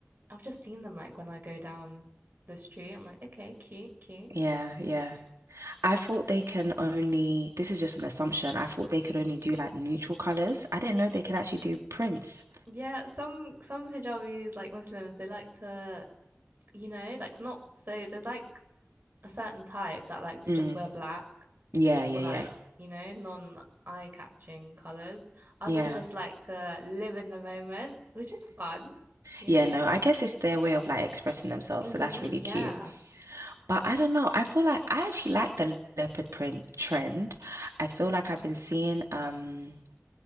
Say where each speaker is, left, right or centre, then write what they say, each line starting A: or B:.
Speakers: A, on the right (about 40°); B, on the right (about 85°).
A: I've just seen them like when I go down the street. I'm like, okay, cute, cute.
B: Yeah, yeah. I thought they can only, this is just an assumption. I thought they could only do like neutral colors. I didn't know they could actually do prints.
A: Yeah, some some hijabis like Muslims, they like to, you know, like not so there's like a certain type that like to
B: Mm.
A: just wear black
B: Yeah, yeah,
A: or like,
B: yeah.
A: you know, non-eye-catching colors. Others
B: Yeah.
A: just like to live in the moment, which is fun, you
B: Yeah,
A: know?
B: no, I guess it's their way of like expressing themselves,
A: Mm-hmm.
B: so that's really
A: Yeah.
B: cute. But I don't know. I feel like I actually like the leopard print trend. I feel like I've been seeing um